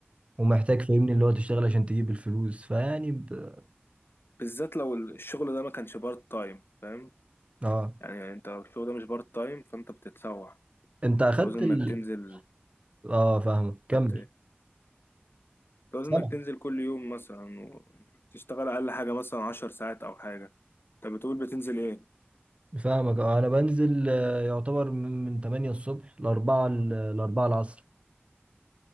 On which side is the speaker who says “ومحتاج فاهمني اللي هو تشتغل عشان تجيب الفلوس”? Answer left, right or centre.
Right